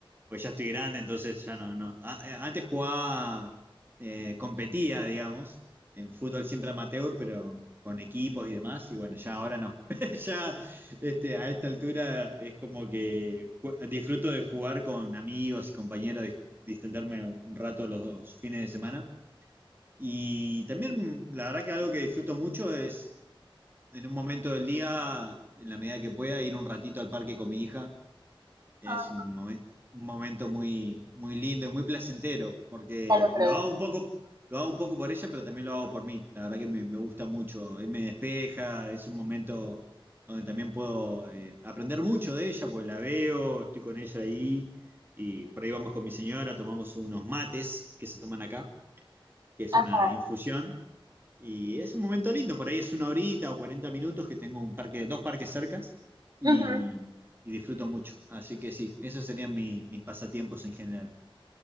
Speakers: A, on the right; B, on the right.
A: Pues ya estoy grande, entonces ya no, no. A- a- Antes jugaba, eh, competía, digamos, en fútbol siempre amateur, pero con equipos y demás. Y bueno, ya ahora no. <laughs> Ya este, a esta altura es como que ju- disfruto de jugar con amigos y compañeros, dis- distenderme un rato los fines de semana. Y también la verdad que algo que disfruto mucho es en un momento del día, en la medida que pueda, ir un ratito al parque con mi hija es
B: Ah,
A: un, momen- un momento muy, muy lindo y muy placentero, porque
B: ya lo creo.
A: lo hago un poco, lo hago un poco por ella, pero también lo hago por mí. La verdad que me, me gusta mucho, eh, me despeja, es un momento donde también puedo eh, aprender mucho de ella, porque la veo, estoy con ella ahí, y por ahí vamos con mi señora, tomamos unos mates que se toman acá, que es
B: Ah,
A: una infusión, y es un momento lindo, por ahí es una horita o 40 minutos que tengo un parque, dos parques cercas y,
B: ujú.
A: y disfruto mucho. Así que sí, esos serían mi- mis pasatiempos en general.